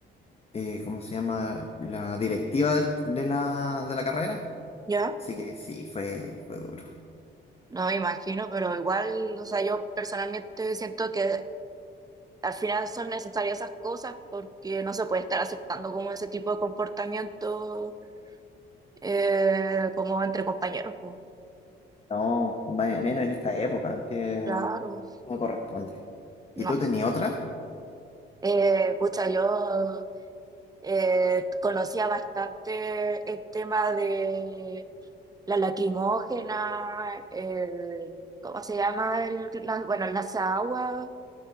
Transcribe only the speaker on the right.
ya.
No me imagino, pero igual, o sea, yo personalmente siento que al final son necesarias esas cosas porque no se puede estar aceptando como ese tipo de comportamiento eh, como entre compañeros, pues.
Claro,
no.
Eh, pucha, yo eh, conocía bastante el tema de la lacrimógena, el- ¿cómo se llama? El- la- bueno, las aguas